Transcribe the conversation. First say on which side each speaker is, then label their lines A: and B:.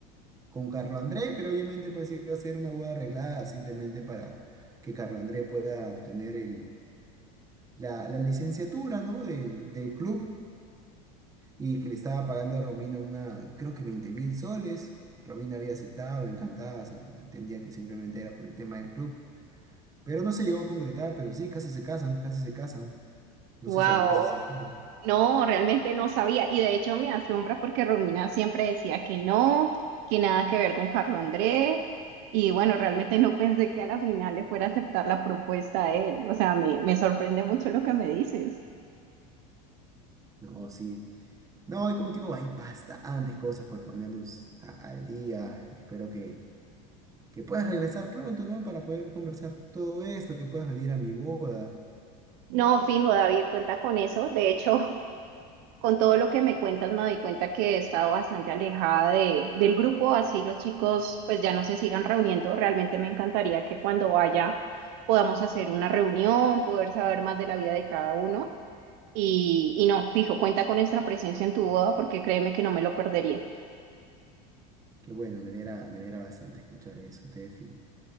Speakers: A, on the right; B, on the right.
A: con Carlo André, pero obviamente pues iba a ser una boda arreglada simplemente para que Carlo André pueda obtener el, la, la licenciatura, ¿no? del del club. y que le estaba pagando a Romina una, creo que veinte mil soles. Romina había aceptado, encantada, o sea, entendía que simplemente era por el tema del club. Pero no se llegó a concretar, pero sí, casi se casan, casi se casan. No
B: Wow.
A: sé si sabías esa historia.
B: No, realmente no sabía. Y de hecho me asombra porque Romina siempre decía que no, que nada que ver con Carlo Andrés. Y bueno, realmente no pensé que a la final le fuera a aceptar la propuesta a él. O sea, me, me sorprende mucho lo que me dices.
A: No, sí. No, y como te digo, hay bastantes cosas por ponernos a- al día. Espero que, que puedas regresar pronto, ¿no? Para poder conversar todo esto, que puedas venir a mi boda.
B: No, fijo, David, cuenta con eso. De hecho, Con todo lo que me cuentas, me doy cuenta que he estado bastante alejada de, del grupo, así los chicos pues ya no se sigan reuniendo. Realmente me encantaría que cuando vaya podamos hacer una reunión, poder saber más de la vida de cada uno. Y, y no, fijo, cuenta con nuestra presencia en tu boda porque créeme que no me lo perdería.
A: Que bueno, me alegra, me alegra bastante escuchar eso, Tefi.